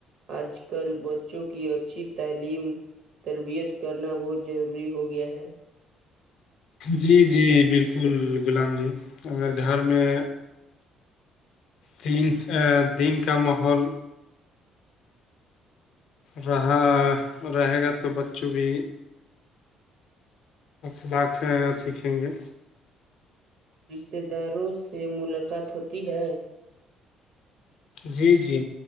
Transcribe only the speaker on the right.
آج کل بچوں کی اچ تلیم تربیت کرنا بہت ضروری ہو گیا ہے
رشتہ داروں سے ملاقات ہوتی ہے